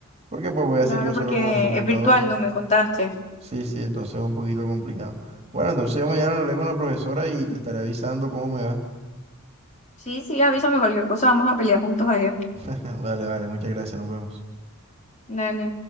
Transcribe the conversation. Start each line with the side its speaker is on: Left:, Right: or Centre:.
Right: porque pues voy
Left: Claro,
Right: a hacer yo
Left: porque
Right: solo con el computador.
Left: es virtual, no me contaste.
Right: Sí, sí, entonces es un poquito complicado. Bueno, entonces yo mañana le leo con la profesora y te estaré avisando cómo me va.
Left: Sí, sí, avísame cualquier cosa, vamos a pelear juntos allá.
Right: <laughs> Vale, vale, muchas gracias, nos vemos.
Left: Dale.